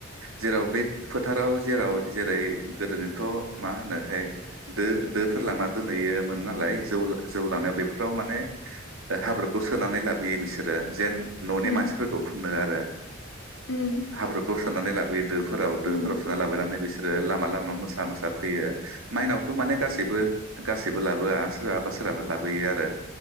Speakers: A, on the right; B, on the left.
A: जेराव बे फोथाराव जेराव जेरै गोदोनिथ' मा होनो <unintelligible> दो दोफोर लांना दोनहैयोमोन नालाय जौ जौ लांनायाव बेफोराव माने हाब्रुखौ सोनानै लाबोयो बिसोरो जेन न'नि
B: उम
A: मानसिफोरखौ फुननो <inaudible>
B: उम
A: हाब्रुखौ सोनानै लाबोयो दोफोराव
B: उम
A: दोफोराव सोनानै लाबोनानै बिसो आरो लामा लामा मोसा मोसा फैयो। माइनावखौ माने गासैबो गासैबो लाबोआ सोरहाबा सोरहाबा लाबोयो आरो